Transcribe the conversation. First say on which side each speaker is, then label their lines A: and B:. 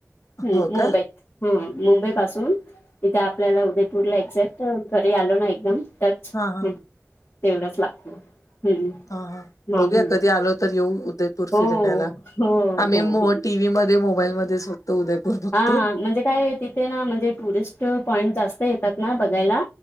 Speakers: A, on the left (about 50°); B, on the left (about 85°).
A: हम्म
B: हो
A: मुंबईत,
B: का
A: हम्म मुंबई पासून, इथे आपल्याला उद्यय पूरला एक्झॅक्ट घरी आलो ना, एकदम टच
B: हा हा
A: तेवढंच लागत. हम्म
B: हा हा,
A: मग
B: बघूया कधी आलो तर येऊ उदय फिरण्याला,
A: हो हो
B: आम्ही
A: हो
B: मो
A: हो.
B: टीव्ही मध्ये, मोबाईलमध्ये फक्त उदयपूर बघतो
A: हा, म्हणजे काय त ते ना, म्हणजे टुरिस्ट पॉइंट जास्त येतात ना बघायला,